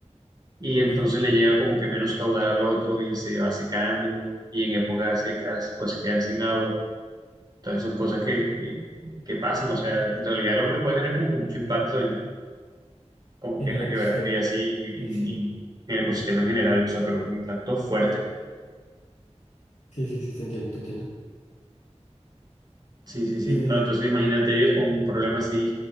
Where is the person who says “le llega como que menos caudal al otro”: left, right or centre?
Right